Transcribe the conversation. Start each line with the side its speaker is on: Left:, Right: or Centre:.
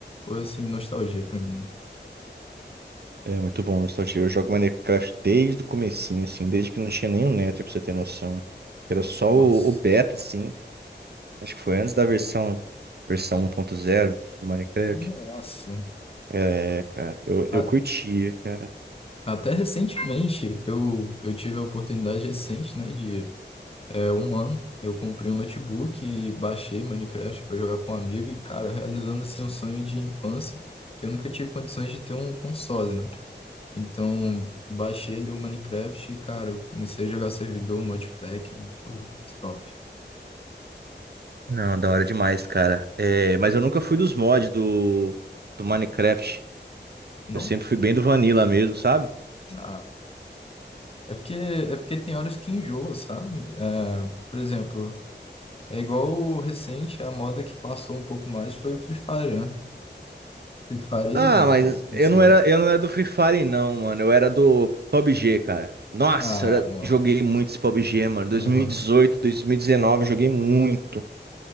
Left: Foi assim, nostalgia pra mim.
Right: É muito bom, nostalgia. Eu jogo Minecraft desde o comecinho, assim, desde que não tinha nenhum Nether, pra você ter noção. Era só
Left: Nossa,
Right: o, o beta, assim. Acho que foi antes da versão, versão um ponto zero do Minecraft.
Left: nossa.
Right: É, cara, eu, eu
Left: A-
Right: curtia, cara.
Left: Até recentemente, eu, eu tive a oportunidade recente, né, de é, um ano, eu comprei um notebook e baixei Minecraft para jogar com um amigo e, cara, realizando assim um sonho de infância, que eu nunca tive condições de ter um console, né? Então, baixei ali o Minecraft e, cara, eu comecei a jogar servidor, modpack, muito top.
Right: Não, da hora demais, cara. É, mas eu nunca fui dos mods do, do Minecraft.
Left: Não,
Right: Eu sempre fui bem do Vanilla mesmo, sabe?
Left: ah, é porque é porque tem horas que enjoa, sabe? É, por exemplo, é igual o recente, a moda que passou um pouco mais foi o Free Fire, né? Free Fire
Right: Ah,
Left: é muito
Right: mas
Left: conhecido.
Right: eu não era, eu não era do Free Fire, não, mano. Eu era do PUBG, cara. Nossa,
Left: Ah,
Right: eu era-
Left: não.
Right: joguei muito esse PUBG, mano. 2018,
Left: Não, não.
Right: 2019, joguei muito.